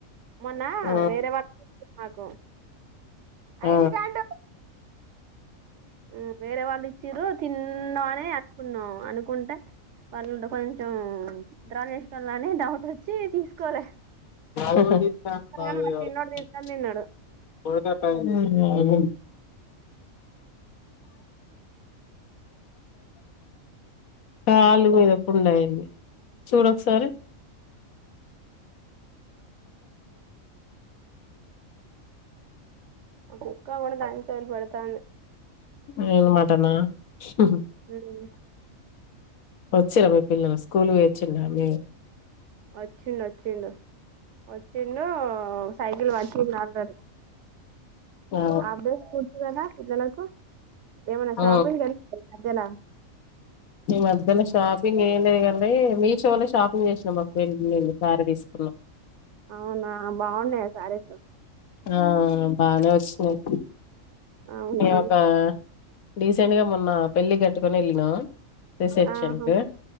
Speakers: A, on the right (about 65°); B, on the left (about 85°).
A: మొన్నా
B: ఆ!
A: వేరే వాల్ ఆగో
B: ఆ!
A: ఐడి కార్డు ఉమ్, వేరే వాళ్లు ఇచ్చిన్రు తిన్నానే ఉనా అనుకుంటే వాళ్ళు డో కొంచెం భద్రులు చేసేటోళ్లని డౌట్ వచ్చి తీసుకోలే
B: ఉమ్
A: కానీ మా చిన్నోడు తీసుకొని తిన్నాడు
B: కాలు మీదప్పుడు ఉంయండి చూడ ఒకసారి
A: మా కుక్క కూడా దాని చయలు పెడ్తాంది
B: మీరు మాటనా ఉహుమ్
A: ఉమ్,
B: వచ్చిర మీ పిల్లలు స్కూల్ పోయివచిండా మి
A: వచ్చిం వచ్చిండు వచ్చిండు సైకిల్ పాటిండు ఆల్రెడీ
B: ఆ
A: అప్డేస్ స్కూల్ కదా పిల్లలకు ఏమైనా
B: ఆ
A: షాపింగ్కి వెళ్ళ మద్యాలా
B: ఈ మధ్యలో షాపింగ్ ఏం లేదు కానీ మీషోలో షాపింగ్ చేసినాం మా ఫ్రెండ్ నేను శారీ తీసుకున్నాం.
A: అవునా బాగున్నాయి శారీస్
B: ఆ బానే వచ్చినాయి
A: అవునా
B: నేను ఒక డీసెంట్ గా మొన్న పెళ్ళి కట్టుకోని వెళ్ళిన రిసెప్షన్
A: ఆహా
B: కు